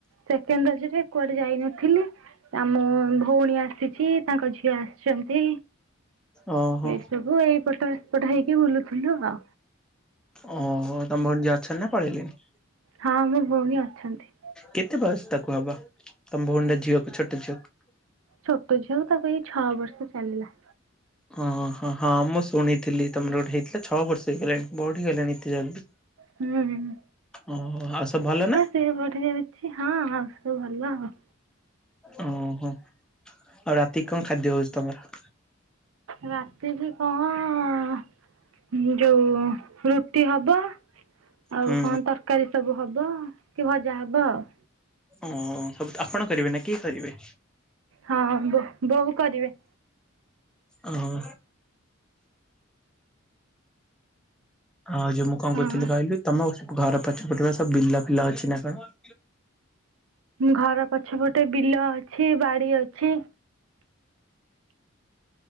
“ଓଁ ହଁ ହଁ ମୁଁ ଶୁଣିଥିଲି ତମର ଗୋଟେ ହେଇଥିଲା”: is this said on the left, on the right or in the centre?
Centre